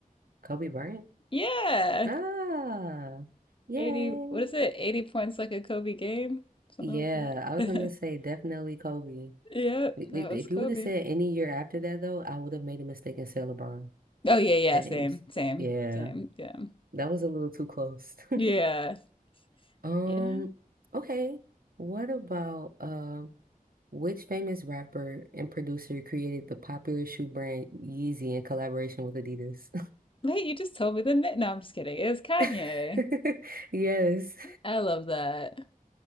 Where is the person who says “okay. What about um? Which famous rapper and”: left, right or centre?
Right